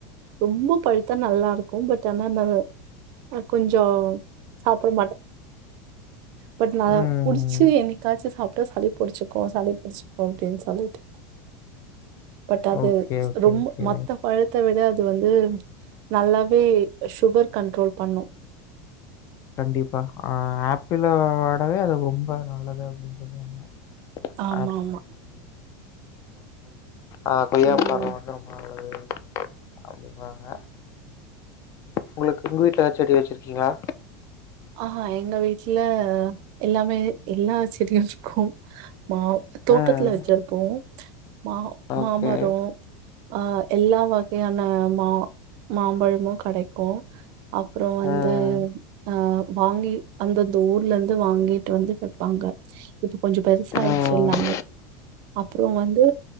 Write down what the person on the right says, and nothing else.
ரொம்பொ பழுத்தா நல்லா இருக்கும் பட் ஆ ஆனா நா கொஞ்சோ சாப்ட மாட்ட பட் நா
புடிச்சு என்னிக்காச்சு சாப் டா சளி புடிச்சுக்கு சளி புடிச்சுக்கு அப்டின் சொல்லிட்டு பட் அது
ரொம்ப
மொத்த பழத்த விட அது வந்து நல்லாவே ஷுகர் கண்ட்ரோல் பண்ணு
ஆமா ஆமா
ம்
ஆஹா எங்க வீட்ல எல்லாமே எல்லா செடியு இருக்கு மா தோட்டத்ல
வெச்சிருப்போ மா
மா மரோ ஆஹ் எல்லா வகையான மா மாம்பழமு கடைக்கு அப்றோ வந்து
அஹ் வாங்கி அந்தந்த ஊர்ல இருந்து வாங்கி ட்டு வந்து வெப்பாங்க இப்ப கொஞ்சொ பெருசாயிடுச்சு
எல்லாமே அப்றோ வந்து